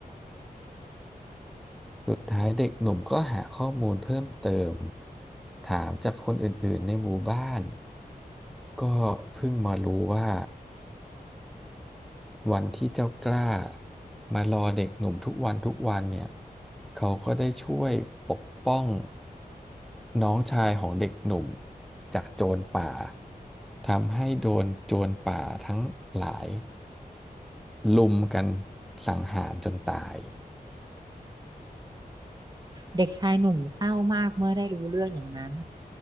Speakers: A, in the centre; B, on the right.
A: สุดท้ายเด็กหนุ่มก็หาข้อมูลเพิ่มเติมถามจากคนอื่นๆในหมู่บ้านก็เพิ่งมารู้ว่า วันที่เจ้ากล้ามารอเด็กหนุ่มทุกวันทุกวันเนี่ยเขาก็ได้ช่วยปกป้องน้องชายของเด็กหนุ่มจากโจรป่าทำให้โดนโจรป่าทั้งหลายลุมกันสังหารจนตาย
B: เด็กชายหนุ่มเศร้ามากเมื่อได้รู้เรื่องอย่างนั้น